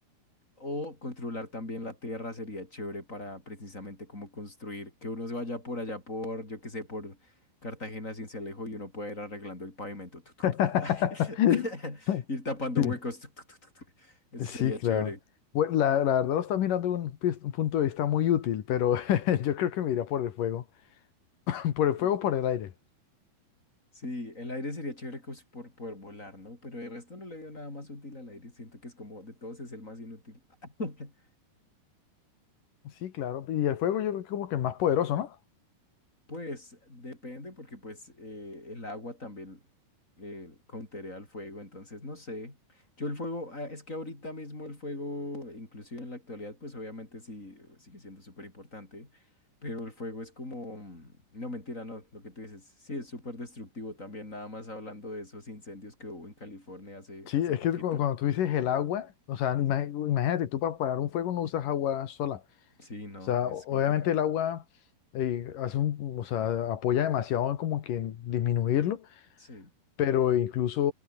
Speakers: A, on the left (about 20°); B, on the left (about 60°).
A: O controlar también la tierra sería chévere para precisamente como construir, que uno se vaya por allá por, yo qué sé, por Cartagena, Cincelejo y uno pueda ir arreglando el pavimento. tuc, tuc,
B: <laughs>
A: tuc, tuc, <laughs> Ir tapando
B: Sí,
A: huecos. tuc, tuc, tuc, tuc, tuc. Eso
B: sí,
A: sería chévere.
B: claro. Bueno, la, la verdad lo estás mirando de un, pis- un punto de vista muy útil, pero <laughs> yo creo que me iría por el fuego. <laughs> Por el
A: Sí,
B: fuego, por
A: sí.
B: el aire.
A: Sí, el aire sería chévere cos- por poder volar, ¿no? Pero el resto no le veo nada más útil al aire. Siento que es como de todos es el más inútil. <laughs>
B: Sí, claro. Y el fuego yo creo que como que es más poderoso, ¿no?
A: Pues depende porque pues eh, el agua también eh, counterea al fuego, entonces no sé. Yo el fuego, ah, es que ahorita mismo el fuego, inclusive en la actualidad, pues obviamente sí eh, sigue siendo súper importante, pero el fuego es como, mm, no mentira, no, lo que tú dices, sí es súper destructivo también, nada más hablando de esos incendios que hubo en California hace,
B: Sí,
A: hace
B: es
A: poquito.
B: que cu- cuando tú dices el agua, o sea, ima- imagínate, tú para apagar un fuego no usas agua sola.
A: Sí, no,
B: O sea,
A: es
B: o-
A: complicado.
B: obviamente el agua eh, hace un, o sea, apoya demasiado en como que en disminuirlo,
A: Sí,
B: pero incluso